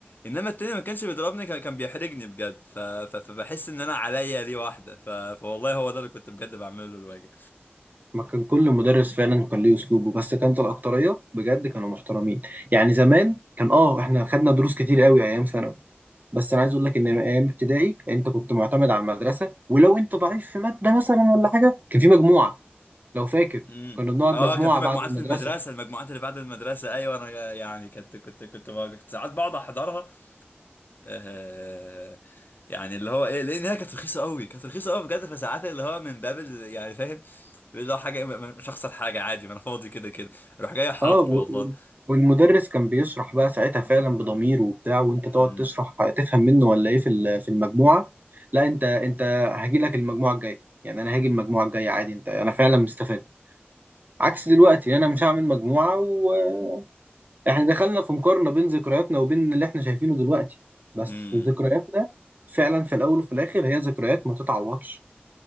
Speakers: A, on the left (about 50°); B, on the right (about 45°).
A: انما التاني ما كانش بيضربني كان كان بيحرجني بجد ف... ف... فبحس ان انا عليا دي واحده ف... فوالله هو ده اللي كنت بجد بعمله له الواجب
B: ما كان كل مدرس فعلا كان ليه اسلوبه بس كانت الاكتريه بجد كانوا محترمين يعني زمان كان اه احنا خدنا دروس كتير قوي ايام ثانوي بس انا عايز اقول لك ان ايام ابتدائي انت كنت معتمد على المدرسه ولو انت ضعيف في ماده مثلا ولا حاجه كان في مجموعه لو فاكر
A: امم
B: كنا بنقعد
A: اه
B: مجموعه
A: كان في مجموعات
B: بعد المدرسه
A: في المدرسه المجموعات اللي بعد المدرسه ايوه انا يعني كنت كنت كنت كنت ساعات بقعد احضرها آه، يعني اللي هو ايه لان هي كانت رخيصه قوي كانت رخيصه قوي بجد فساعات اللي هو من باب ال- يعني فاهم اللي هو حاجه م- م- مش هخسر حاجه عادي ما انا فاضي كده كده اروح جاي حاضر
B: اه و-
A: والله
B: و- والمدرس كان بيشرح بقى ساعتها فعلا بضمير وبتاع وانت
A: امم
B: تقعد تشرح تفهم منه ولا ايه في ال- في المجموعه لا انت انت هاجي لك المجموعه الجايه يعني انا هاجي المجموعه الجايه عادي انت انا فعلا مستفاد عكس دلوقتي انا مش هعمل مجموعه واحنا دخلنا في مقارنه بين ذكرياتنا وبين اللي احنا شايفينه دلوقتي بس
A: امم
B: ذكرياتنا فعلا في الاول وفي الاخر هي ذكريات ما تتعوضش